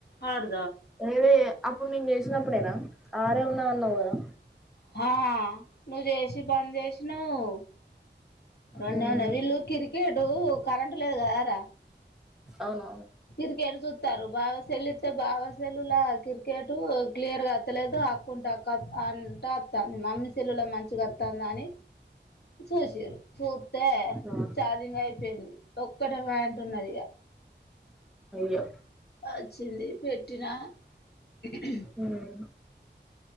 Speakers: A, on the left; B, in the centre.
A: ఆడు
B: <unintelligible> అప్పుడ్ నేన్ చెస్ చ్చినప్పుడేనా ఆరే ఉన్నా అన్నావు కదా
A: హా నువ్ చె చి పన్ చేసినవ్ నా
B: మ్మ్
A: న్నా వీళ్ళు కిరి కెటు కరెంట్ లేదు కదార
B: అవునవును
A: క్రికెట్ చుత్తరు భావ సెల్ ఇత్తె భావ సేలులా క్రికెటు క్లియార్గాత్తలేద ఆక్కుంటా ఆక్ కా అంట అత్త మమ్మీ స్ సెల్లుల మంచిగా ఆ త్తందని చూసిరృ చుత్తే
B: ఆ
A: ఛార్జింగ్ అయిపోయింది ఒక్కటె ప్యాంట్ ఉన్నది ఇగా
B: అయ్యా
A: అచ్చింది పేట్ ఇనా <unintelligible>
B: మ్మ్